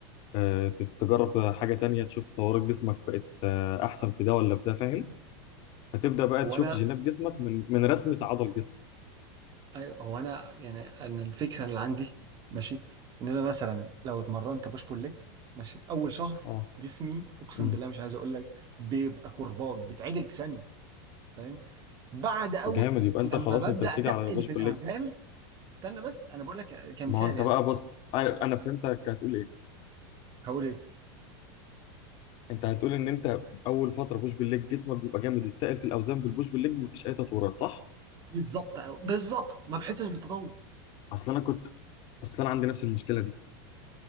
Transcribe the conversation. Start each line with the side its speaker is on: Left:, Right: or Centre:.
Left: آه، تجرب حاجة تانية تشوف تطورات جسمك بقت آه، أحسن في ده ولا في ده فاهم فتبدأ بقى
Right: هو
Left: تشوف
Right: انا
Left: جينات جسمك من من رسمة عضل جسمك
Right: ايوه هو انا يعني انا الفكره اللي عندي ماشي ان انا مثلا لو اتمرنت بوش بول ليج ماشي اول شهر
Left: اه
Right: جسمي اقسم
Left: امم
Right: بالله مش عايز اقول لك بيبقى كرباج بيتعدل في ثانيه فاهم بعد اول
Left: جامد يبقى
Right: لما
Left: انت خلاص
Right: ببدا
Left: انت بتيجي
Right: اتقل
Left: على بوش
Right: في
Left: بالليج
Right: الاوزان استنى بس انا بقول لك كمثال
Left: ما هو انت
Right: يعني
Left: بقى بص انا أنا فهمتك هتقول ايه
Right: هقول ايه
Left: انت هتقول ان انت اول فتره بوش بالليج جسمك بيبقى جامد وتقل في الاوزان بالبوش بالليج مفيش اي تطورات صح
Right: بالظبط أو- بالظبط ما بحسش بالتطور
Left: اصل انا كنت اصل انا عندي نفس المشكله دي